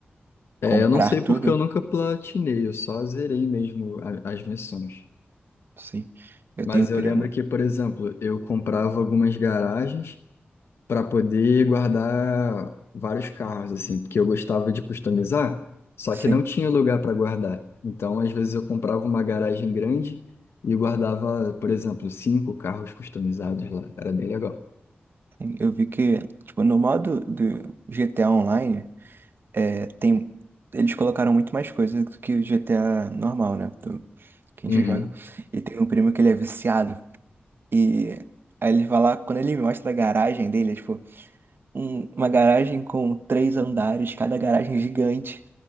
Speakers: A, on the left (about 85°); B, on the right (about 60°).
A: É,
B: Comprar
A: eu não sei porque
B: tudo?
A: eu nunca platinei, eu só zerei mesmo a- as missões.
B: Sim. Eu
A: Mas
B: tenho primo.
A: eu lembro que, por exemplo, eu comprava algumas garagens. para poder guardar vários carros, assim, porque eu gostava de customizar, só
B: Sim.
A: que não tinha lugar para guardar. Então, às vezes, eu comprava uma garagem grande e guardava, por exemplo, cinco carros customizados lá. Era bem legal.
B: sim. Eu vi que, tipo, no modo do GTA Online. é, tem, eles colocaram muito mais coisa do que o GTA normal, né? do- que
A: Uhum,
B: a gente joga. E tem um primo que ele é viciado. E aí ele vai lá, quando ele me mostra a garagem dele, é tipo, um- uma garagem com três andares, cada garagem gigante.